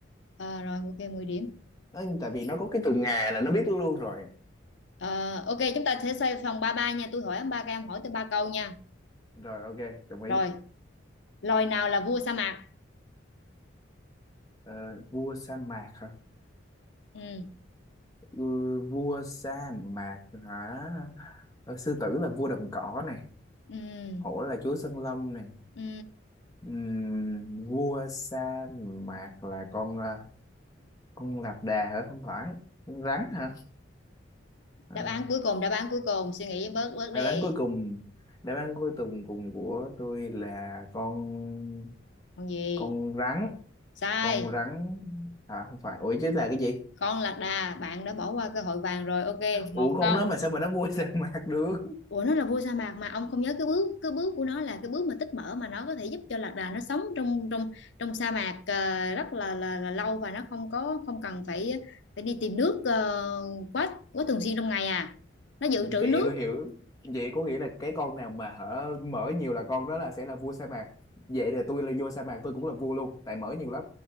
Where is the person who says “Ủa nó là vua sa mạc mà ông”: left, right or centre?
Left